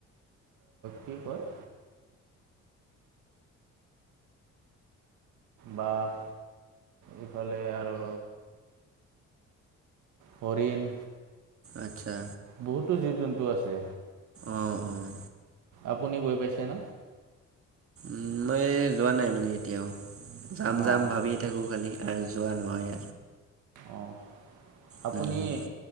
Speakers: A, on the right; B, on the right.
A: কি কয়? বাঘ এইফালে আৰু হৰিণ।
B: আচ্ছা
A: বহুতো জীৱ জন্তু আছে।
B: অঁ অঁ
A: আপুনি গৈ পাইছে ন।
B: উম মই যোৱা নাই মানে এতিয়াও যাম
A: অঁ
B: যাম ভাবিয়ে থাকো খালি। আৰু যোৱা নহয়।
A: অ আপুনি
B: হুম হুম।